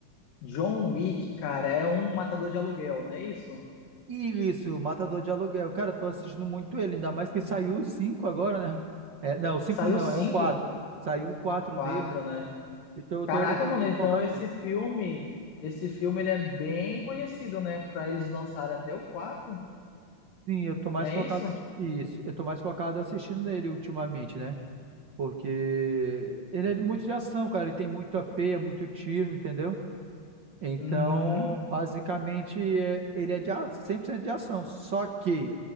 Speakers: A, on the left; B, on the right.
A: John Wick, cara, é um matador de aluguel, não é isso?
B: Isso, Matador de Aluguel. Cara, tô assistindo muito ele, ainda mais que saiu o 5 agora, né? É, não, o 5
A: Saiu
B: não,
A: cinco,
B: é o 4. Saiu o 4
A: quatro,
B: dele,
A: né?
B: então eu
A: Caraca,
B: tô, eu tô
A: mano,
B: meio
A: então
B: que focado
A: esse
B: nisso.
A: filme, esse filme ele é bem conhecido, né? Pra eles lançarem até o quatro,
B: Sim, eu tô mais
A: não é
B: focado.
A: isso?
B: Isso, eu tô mais focado assistindo nele ultimamente, né? Porque ele é de- muito de ação, cara. Ele tem muito AP, é muito tiro, entendeu? Então,
A: Uhum.
B: basicamente, é- ele é de, a- 100% de ação. Só que